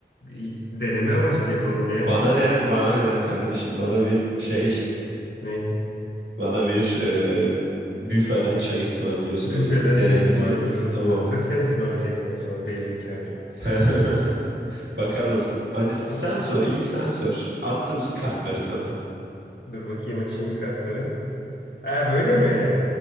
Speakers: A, on the left (about 80°); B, on the right (about 85°).
A: e, ilk deneme amaçlı yapalım ya.
B: Bana ne? Bana ne kardeşim? Bana bir şey.
A: Ne?
B: Bana bir e, büfeden çay ısmarlıyorsun
A: Büfeden
B: o zaman. Deneme
A: çay ısmarlarız.
B: sayılır. Tamam.
A: Tamam. Sen, sen ısmarlayacaksın o zaman belli ki ama.
B: <laughs> Bakalım. Hadi sen
A: Ha?
B: sor. İlk sen sor. Attım s- kartları sana.
A: Dur bakayım açayım bir kartları. Ha böyle mi?